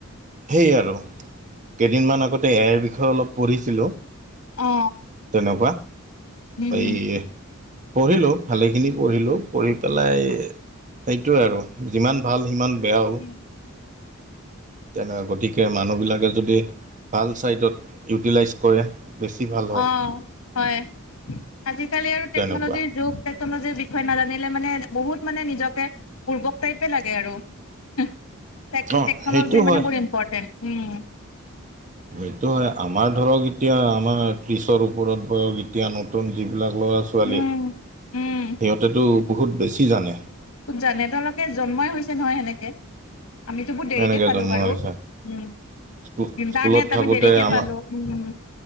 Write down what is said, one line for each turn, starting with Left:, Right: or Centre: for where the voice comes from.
Right: সেই আৰু কেইদিনমান আগতে এ আই বিষয়ে অলপ পঢ়িছিলোঁ।
Left: অ
Right: তেনেকুৱা।
Left: উম
Right: এই ই পঢ়িলোঁ ভালেখিনি পঢ়িলোঁ পঢ়ি পেলাই সেইটোৱে আৰু যিমান ভাল সিমান বেয়াও।
Left: উম
Right: তেনে গতিকে মানুহবিলাকে যদি ভাল চাইডত ইউটিলাইজ কৰে। বেছি ভাল হয়
Left: অহ, হয় আজিকালি আৰু টেকনলজিৰ
Right: তেনেকুৱা
Left: যুগ। টেকনলজিৰ বিষয়ে নাজানিলে মানে বহুত মানে নিজকে বুৰ্ব্বক টাইপে লাগে আৰু। হেহ তেক
Right: অঁ
Left: টেকনলজি
Right: সেইটো হয়
Left: মানে বহুত ইম্পৰ্টেণ্ট উম ।
Right: সেইটো হয় আমাৰ ধৰক এতিয়া আমাৰ ত্ৰিছৰ ওপৰত বয়স এতিয়া নতুন যিবিলাক ল'ৰা- ছোৱালী
Left: উম
Right: সিহঁতেতো
Left: উম
Right: বহুত বেছি জানে।
Left: ক'ত জানে তেওঁলোকে জন্মই হৈছে নহয় সেনেকে। আমিতো বহুত দেৰিকে
Right: এনেকে
Left: পালো
Right: জন্ম
Left: বাৰু
Right: হৈছে
Left: উম।
Right: স্কু
Left: ইণ্টাৰনেট
Right: স্কুলত থাকোঁতে
Left: আমি দেৰিকে
Right: আমাৰ
Left: পালো ওম।